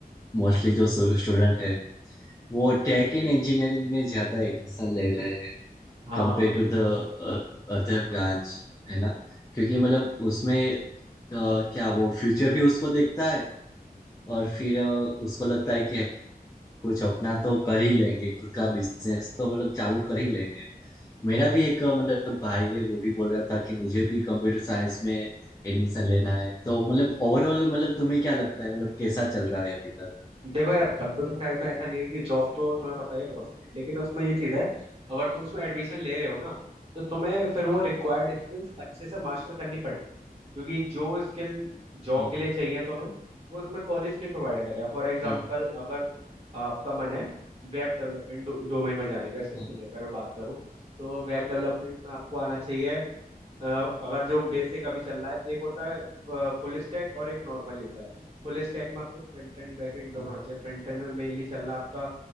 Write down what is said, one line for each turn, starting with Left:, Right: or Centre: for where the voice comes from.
Left: मोस्टली जो स्टूडेंट है वो टेक एंड इंजीनियरिंग में ज्यादा एडमिशन ले रहे हैं
Right: हाँ
Left: compare to the other branch है ना क्योंकि मतलब उसमें अ, क्या वो फ्यूचर भी उसको देखता है और फिर अ, उसको लगता है कि कुछ अपना तो कर ही लेंगे खुद का बिजनेस तो मतलब चालू कर ही लेंगे मेरा भी एक अ, मतलब भाई है वो भी बोल रहा था कि मुझे भी कंप्यूटर साइंस में एडमिशन लेना है तो मतलब ओवरऑल मतलब तुम्हें क्या लगता है मतलब कैसा चल रहा है अभी तक
Right: देखो यार कंप्यूटर साइंस में ऐसा नहीं है कि जॉब तो तुम्हें पता ही है बहुत सारी लेकिन उसमें ये चीज़ है अगर तुम उसमें एडमिशन ले रहे हो ना तो तुम्हें फिर वो रिक्वायर्ड स्किल्स अच्छे से मास्टर करनी पड़ेंगी क्योंकि जो स्किल जॉब
Left: हाँ
Right: के लिए चाहिए तुम्हें वो तुम्हें कॉलेज नहीं प्रोवाइड करेगा फॉर एग्जाम्पल
Left: हम्म
Right: अगर आपका मन है वेब डेवलपमेंट डोमेन में जाने का सिंपली
Left: हम्म
Right: अगर मैं बात करूँ तो वेब डेवलपमेंट में आपको आना चाहिए अ, अगर जो बेसिक अभी चल रहा है एक होता है फुल स्टैक और एक नॉर्मली होता है फुल स्टैक में आपको फ्रंट एंड बैक एंड दोनों
Left: हम्म
Right: चाहिए फ्रंट एंड में मेनली चल रहा है आपका